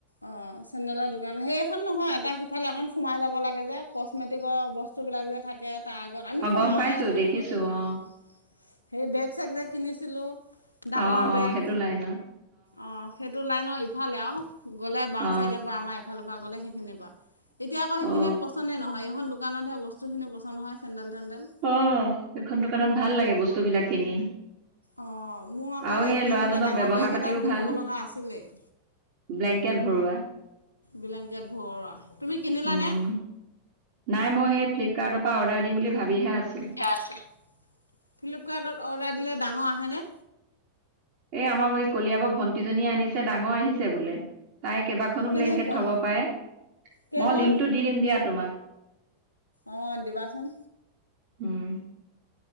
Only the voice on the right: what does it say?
অ
গম পাইছো দেখিছো
অ
অ অ
সেইটো লাইনত
অ
অ
অ এইখন দোকানত ভাল লাগে বস্তুবিলাক কিনি
আৰু
ল'ৰাজনৰ
ব্যৱহাৰ
পাতিও
ভাল
ব্লেংকেট ভৰোৱা
উম নাই মই সেই ফ্লিপকাৰ্টৰ পৰা অৰ্ডাৰ দিম বুলি ভাবিহে আছো
এ আমাৰ এই কলিয়াবৰ ভণ্টিজনীয়ে আনিছে ডাঙৰ আহিছে বোলে তাই কেইবা খনো
ব্লেংকেট থব পাৰে
মই লিংকতটো দি দিম দিয়া তোমাক
উম